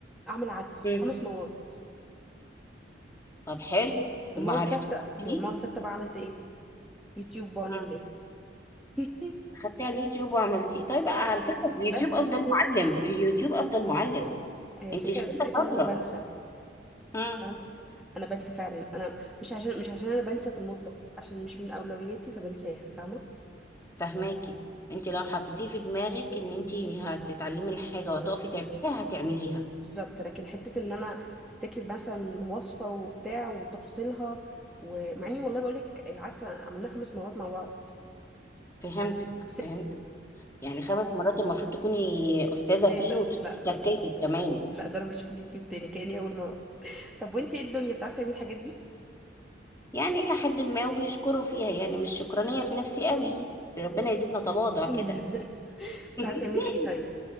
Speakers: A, in the centre; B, on the left.
A: اعمل عدس
B: مم.
A: خمس مرات
B: طب حلو
A: المره
B: وما عرفتيش
A: السادسه
B: تعمليه
A: المره السادسه بقى عملت ايه يوتيوب بعون
B: آه.
A: الله <laughs>
B: خدتي على اليوتيوب وعملتيه طيب آه، على فكرة اليوتيوب
A: بنسى
B: أفضل معلم اليوتيوب أفضل معلم
A: هي الفكرة
B: انت شكلك
A: فكرة
B: شاطرة
A: ان انا بنسى
B: مم.
A: فاهمة انا بنسى فعلا انا مش عشان مش عشان انا بنسى في المطلق عشان مش من اولوياتي فبنساها فاهمة
B: فهماكي انت لو حطيتيه في دماغك ان انت هتتعلمي الحاجة وهتقفي تعمليها هتعمليها
A: بالظبط لكن حتة ان انا افتكر مثلا وصفة وبتاع وتفاصيلها ومع اني والله بقولك العدسة عملناها خمس مرات مع بعض
B: فهمتك
A: <laughs>
B: فهمتك يعني خمس مرات المفروض تكوني استاذه
A: استاذة
B: فيه وتكاتك
A: لا خالص
B: كمان
A: لا ده انا بشوف اليوتيوب تاني كأني اول مرة طب وانتي ايه الدنيا بتعرفي تعملي الحاجات دي
B: يعني الى حد ما وبيشكروا فيها يعني مش شكرانيه في نفسي قوي ربنا يزيدنا تواضع
A: <laughs>
B: كده
A: بتعرفي
B: <laughs>
A: تعملي ايه طيب